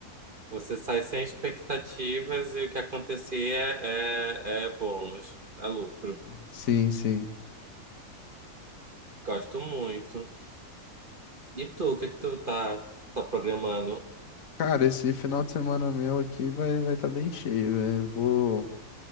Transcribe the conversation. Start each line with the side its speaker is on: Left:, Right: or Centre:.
Right: Você sai sem expectativas e o que acontecer é, é, é bônus, é lucro.
Left: Sim, sim.
Right: Gosto muito. E tu, o que que tu tá, tá programando?
Left: Cara, esse final de semana meu aqui vai vai estar bem cheio, velho. Eu Vou